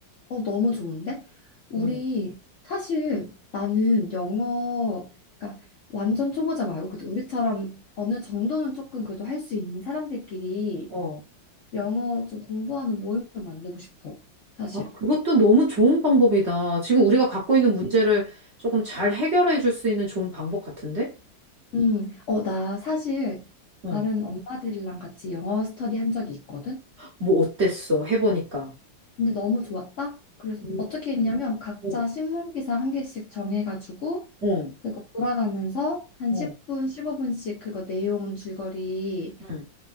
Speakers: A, on the left; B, on the right.
A: 어 너무 좋은데? 우리
B: 응.
A: 사실 나는 영어 그러니까 완전 초보자 말고 그래도 우리처럼 어느 정도는 조금 그래도 할 수 있는 사람들끼리
B: 어.
A: 영어 좀 공부하는 모임을 만들고 싶어 사실.
B: 아, 그것도 너무 좋은 방법이다. 지금 우리가 갖고 있는 문제를 조금 잘 해결해 줄 수 있는 좋은 방법 같은데?
A: 음, 어, 나 사실
B: 어.
A: 다른 엄마들이랑 같이 영어 스터디 한 적이 있거든?
B: 뭐 어땠어? 해보니까.
A: 근데 너무 좋았다? 그래서
B: 응,
A: 어떻게 음. 했냐면 각자
B: 응,
A: 신문 기사 한 개씩 정해가지고
B: 응,
A: 그거 돌아가면서 한
B: 응,
A: 10분, 15분씩 그거 내용 줄거리도
B: 응,